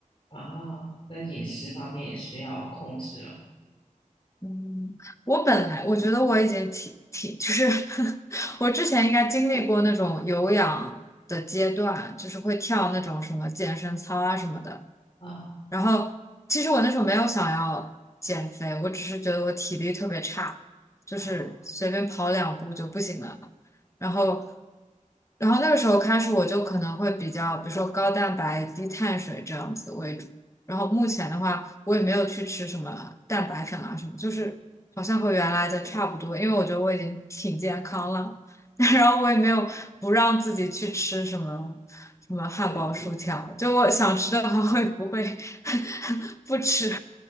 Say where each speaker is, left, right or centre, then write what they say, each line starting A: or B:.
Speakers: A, on the left; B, on the left.
A: 啊，那饮食方面也是要控制了
B: 嗯，我本来我觉得我已经挺挺，就是 <laughs> 我之前应该经历过那种有氧的阶段，就是会跳那种什么健身操啊什么的。
A: 啊
B: 然后其实我那时候没有想要减肥，我只是觉得我体力特别差，就是随便跑两步就不行了。
A: 啊，
B: 然后，然后那个时候开始我就可能会比较，比如说高蛋白、低碳水这样子为主。然后目前的话，我也没有去吃什么蛋白粉啊什么，就是好像和原来的差不多，因为我觉得我已经挺健康了。<laughs> 然后我也没有不让自己去吃什么什么汉堡、
A: 就就
B: 薯条，就我想吃的话会不会 <laughs> 不吃。